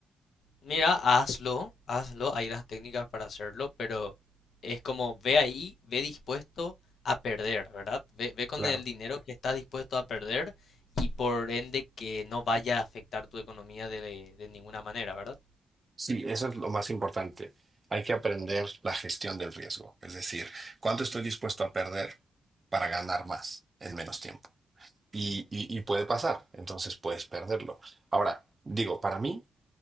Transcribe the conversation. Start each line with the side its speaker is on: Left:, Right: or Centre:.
Left: mira, hazlo, hazlo, hay las técnicas para hacerlo, pero es como ve ahí, ve dispuesto a perder, ¿verdad? Ve, ve con
Right: Claro.
Left: el dinero que estás dispuesto a perder y por ende que no vaya a afectar tu economía de, de ninguna manera, ¿verdad?
Right: Sí, eso es lo más importante. Hay que aprender la gestión del riesgo, es decir, cuánto estoy dispuesto a perder para ganar más en menos tiempo. Y, y- y puede pasar, entonces puedes perderlo. Ahora, digo, para mí,